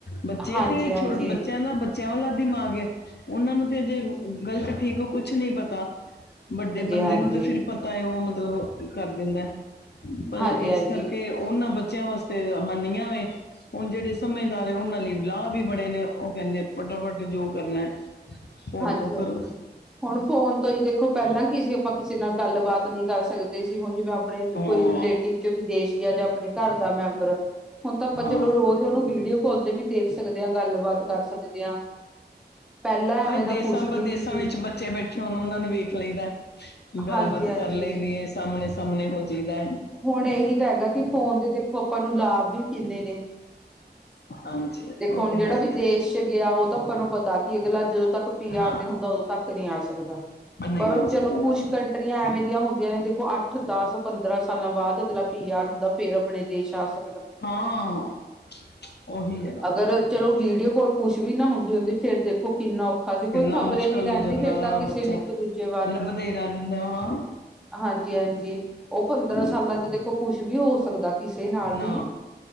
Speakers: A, on the left (about 70°); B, in the centre.
A: ਬੱਚੇ
B: ਹਾਂਜੀ
A: ਤੇ
B: ਹਾਂਜੀ
A: ਛੋ ਬੱਚਿਆਂ
B: ਹਾਂਜੀ
A: ਦਾ ਬੱਚਿਆਂ ਵਾਲਾ ਦਿਮਾਗ ਉਹਨਾਂ ਨੂੰ ਤੇ ਅਜੇ ਗ਼ਲਤ ਠੀਕ ਹੋ ਕੁਛ ਨੀ ਪਤਾ ਵੱਡੇ ਬੰਦੇ
B: ਹਾਂਜੀ
A: ਨੂੰ ਤਾਂ ਫਿਰ ਪਤਾ ਹੈ ਉਹ ਮਤਲਬ। ਕਰ ਦਿੰਦਾ ਪਰ
B: ਹਾਂਜੀ
A: ਇਸ
B: ਹਾਂਜੀ
A: ਕਰਕੇ ਉਹਨਾਂ ਬੱਚਿਆਂ ਵਾਸਤੇ ਹਾਨੀਆਂ ਵ ਹੁਣ ਜਿਹੜੇ ਸਮਝਦਾਰ ਉਹਨਾਂ ਲਈ ਵਿਲਾਾਹ ਵੀ ਬਣੇੇ ਨੇ ਉਹ ਕਹਿੰਦੇ ਫਟਾਫਟ ਜੋ ਕਰਨਾ ਫੋਨ
B: ਹਾਂਜੀ,
A: ਤੋਂ
B: ਹਾਂਜੀ
A: ਕਰੋ
B: ਹੁਣ ਫੋਨ ਤੋਂ ਹੀ ਦੇਖੋ ਪਹਿਲਾਂ ਕੀ ਸੀ ਆਪਾਂ ਕਿਸੇ ਨਾਲ ਗੱਲਬਾਤ ਨਹੀਂ ਕਰ ਸਕਦੇ ਸੀ ਹੁਣ ਜਿਵੇਂ ਆਪਣੇ
A: ਹਾਂ
B: ਕੋਈ ਰਿਲੇਟ ਚ ਵਿਦੇਸ਼ ਗਿਆ ਜਾਂ ਆਪਣੇ ਘਰ ਦਾ ਮੈਂਬਰ ਹੁਣ ਤਾਂ ਆਪਾਂ
A: ਹਾਂ
B: ਚਲੋ ਰੋਜ਼ ਉਹਨੂੰ ਵੀਡੀਓ ਕਾੱਲ ਤੇ ਵੀ ਦੇਖ ਸਕਦੇ ਹਾਂ, ਗੱਲਬਾਤ ਕਰ ਸਕਦੇ ਹਾਂ, ਪਹਿਲਾਂ ਐਵੇਂ
A: ਅੱਜ
B: ਦਾ
A: ਦੇਸਾਂ
B: ਕੁਛ ਵੀ
A: -ਵਦੇਸਾਂ
B: ਨਹੀਂ ਸੀ
A: ਵਿੱਚ ਬੱਚੇ ਬੈਠੇ ਹੋਣ ਉਹਨਾਂ ਨੂੰ ਵੇਖ ਲਈਦਾ ਗੱਲਬਾਤ
B: ਹਾਂਜੀ ਹਾਂਜੀ
A: ਕਰ ਲਈ ਦੀ ਏ। ਤਾ ਆਮਣੇ- ਸਾਹਮਣੇ ਹੋ ਜਾਇਦਾ ਏ।
B: ਹੁਣ ਏਹੀ ਤਾਂ ਹੈਗਾ ਕਿ ਫੋਨ ਦੇ ਦੇਖੋ ਆਪਾਂ ਨੂੰ ਲਾਭ ਵੀ ਕਿੰਨੇ ਨੇ। <inaudible>
A: ਹਾਂਜੀ
B: ਦੇਖੋ
A: ਉਹ
B: ਹੁਣ
A: ਤੇ
B: ਜਿਹੜਾ
A: ਹੈ ਹੀ
B: ਵੀ
A: ਹੈ
B: ਦੇਸ਼ 'ਚ ਗਿਆ ਓਹ ਤਾਂ ਆਪਾਂ ਨੂੰ ਪਤਾ ਕਿ ਅਗਲਾ ਜਦੋਂ ਤੱਕ ਯਾਰ
A: ਹਾਂ
B: ਨਹੀਂ ਹੁੰਦਾ ਉਦੋਂ ਤੱਕ ਨਹੀਂ ਆ ਸਕਦਾ,
A: ਨਹੀਂ
B: ਪਰ
A: ਆ
B: ਉਹ ਚਲੋ
A: ਸਕਦਾ
B: ਕੁਛ ਤ ਕੰਟਰੀਆਂ ਐਵੇਂ ਦੀਆਂ ਹੁੰਦੀਆਂ ਨੇ ਦੇਖੋ ਅੱਠ, ਦਸ, ਪੰਦਰਾਂ ਸਾਲਾਂ ਬਾਅਦ ਅਗਲਾ ਪੀ -ਆਰ ਹੁੰਦਾ, ਫੇਰ ਆਪਣੇ ਦੇਸ਼ ਆਸ
A: ਹਾਂ, <unintelligible> ਓਹੀ ਹੈ ਨਾ।
B: ਅਗਰ ਚਲੋ ਵੀਡੀਓ ਕੋਲ ਕੁਛ ਵੀ ਨਾ ਹੁੰਦੀ ਹੁੰਦੀ ਫੇਰ ਦੇਖੋ ਕਿੰਨਾ ਓ <unintelligible> ਸੀ ਕੋਈ
A: ਕਿੰਨਾ
B: ਖ਼ਬਰੇ
A: ਮੁਸ਼ਕਲ
B: ਨੀ ਰਹਿੰਦੀ
A: ਹੋ ਜਾਂਦਾ
B: ਫੇਰ ਤਾਂ ਕਿਸੇ
A: ਬੱਚਾ
B: ਨੂੰ ਇੱਕ ਦੂਜੇ ਬਾਰੇ।
A: ਲੱਭਦੇ ਹੀ ਰਹਿ ਜਾਂਦੇ
B: <inaudible>
A: ਹਾਂ
B: ਹਾਂਜੀ- ਹਾਂਜੀ ਉਹ ਪੰਦਰਾਂ
A: ਬੰ-
B: ਸਾਲਾਂ 'ਚ ਦੇਖੋ ਕੁਛ ਵੀ ਹੋ ਸਕਦਾ ਕਿਸੇ ਨਾਲ
A: ਨਾ
B: ਵੀ।